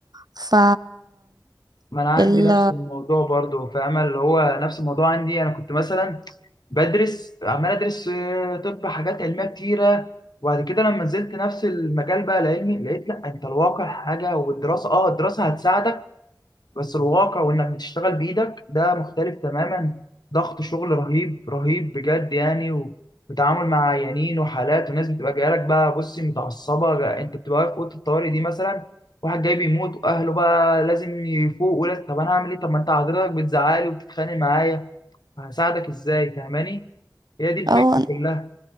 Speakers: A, on the right; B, on the left.
A: ف
B: ما انا عندي
A: ال...
B: نفس الموضوع برضو فاهمه اللي هو نفس الموضوع عندي انا كنت مثلا بدرس عمال ادرس آه، طب حاجات علميه كتيره وبعد كده لما نزلت نفس المجال بقى العلمي لقيت لا انت الواقع حاجه والدراسه اه الدراسه هتساعدك بس الواقع وانك بتشتغل بايدك ده مختلف تماما ضغط شغل رهيب رهيب بجد يعني و- وتعامل مع عيانين وحالات وناس بتبقى جايه لك بقى بصي متعصبه جا- انت بتبقى واقف في اوضه الطوارئ دي مثلا واحد جاي بيموت واهله بقى لازم يفوق ولازم طب انا هعمل ايه طب ما انت حضرتك بتزعلي وبتتخانق معايا هساعدك ازاي فاهماني هي دي الفكره
A: آه،
B: كلها